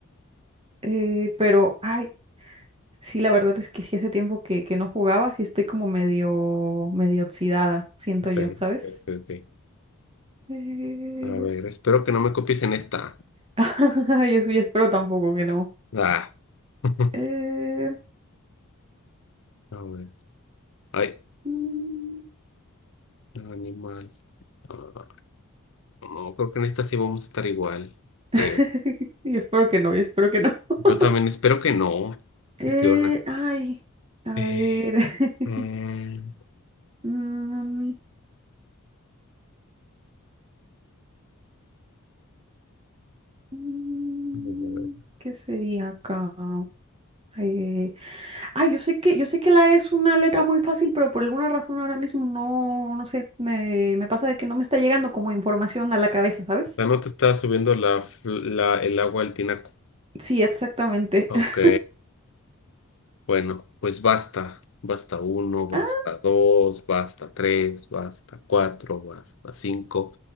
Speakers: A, on the right; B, on the left.
A: Eh, pero, ay, sí, la verdad es que sí hace tiempo que, que no jugaba, sí estoy como medio, medio oxidada, siento
B: Ok,
A: yo, ¿sabes?
B: ok, ok, ok.
A: Eh,
B: A ver, espero que no me copies en esta.
A: <laughs> Yo, sí espero tampoco que no.
B: Ah. <laughs>
A: Eh,
B: A ver. Ay,
A: mm,
B: animal. Ah, no, creo que en esta sí vamos a estar igual, creo.
A: <laughs> Yo espero que no, yo espero que no. <laughs>
B: Yo también espero que no,
A: Eh,
B: copiona.
A: ay, a
B: Eh,
A: ver. <laughs>
B: mm,
A: Mm, mm,
B: a ver.
A: ¿qué sería acá? Eh, ay, yo sé que, yo sé que la E es una letra muy fácil, pero por alguna razón ahora mismo no, no sé, me, me pasa de que no me está llegando como información a la cabeza, ¿sabes?
B: Ya no te está subiendo la, fl- la, el agua al tinaco.
A: Sí, exactamente.
B: Ok.
A: <laughs>
B: Bueno, pues basta, basta uno, basta
A: Ah,
B: dos, basta tres, basta cuatro, basta cinco,